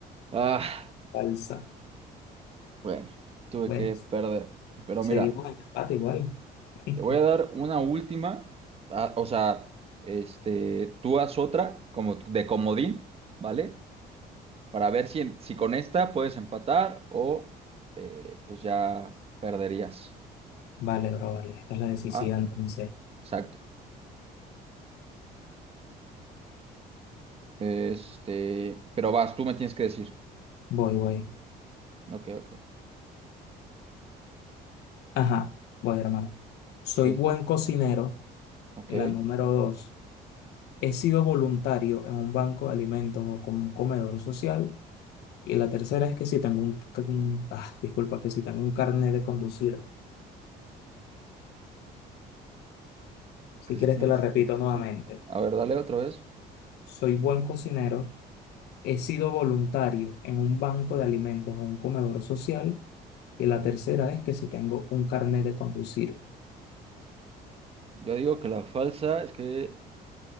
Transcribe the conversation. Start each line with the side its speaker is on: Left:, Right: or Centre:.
Right: Ah,
Left: Falsa.
Right: bueno, tuve
Left: Bueno,
Right: que perder. Pero
Left: seguimos
Right: mira.
Left: en empate igual. <laughs>
Right: Te voy a dar una última, ah, o sea, este, tú haz otra como de comodín, ¿vale? Para ver si, en- si con esta puedes empatar o eh, pues ya perderías,
Left: Vale, bro, vale. Esta es la decisiva,
Right: ¿va?
Left: entonces.
Right: Exacto. Este, pero vas, tú me tienes que decir.
Left: Voy, voy.
Right: Ok, ok.
Left: Ajá, voy, hermano. Soy
Right: Sí,
Left: buen
Right: sí, sí.
Left: cocinero,
Right: ok.
Left: la
Right: Que
Left: número dos He sido voluntario en un banco de alimentos o como un comedor social. Y la tercera es que si tengo un, que un- ah, disculpa, que si tengo un carnet de conducir. Si
Right: si
Left: quieres
Right: tienes
Left: te la repito
Right: licencia.
Left: nuevamente.
Right: A ver, dale otra vez.
Left: Soy buen cocinero. He sido voluntario en un banco de alimentos o un comedor social. Y la tercera es que si tengo un carnet de conducir.
Right: Yo digo que la falsa es que